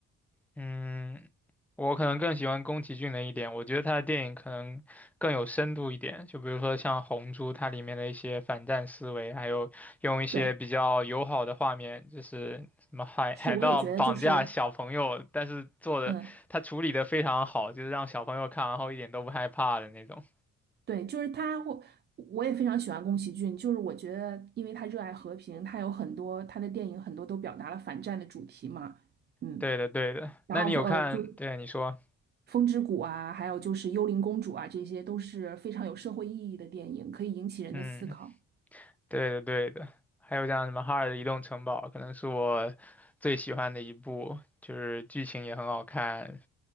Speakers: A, in the centre; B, on the right.
A: 嗯，我可能更喜欢宫崎骏的一点，我觉得他的电影可能更有深度一点。就比如说像《红猪》，它里面的一些反战思维，还有用一些比较友好的画面，
B: 对，
A: 就是什么海
B: 是，
A: <laughs> 海盗绑架小朋友，
B: 我也觉得就是，
A: 但是做的他处理的非常好，
B: 嗯，
A: 就是让小朋友看完后一点都不害怕的那种。
B: 对，就是他会，我也非常喜欢宫崎骏，就是我觉得，因为他热爱和平，他有很多他的电影很多都表达了反战的主题嘛，嗯，
A: 对的，对的。
B: 然后呃，
A: 那你有看？
B: 就
A: 对，你说，
B: 风之谷啊，还有就是《幽灵公主》啊，这些都是非常有社会意义的电影，可以引起人的思考。
A: 嗯。对的，对的，还有像什么《哈尔的移动城堡》，可能是我最喜欢的一部，就是剧情也很好看，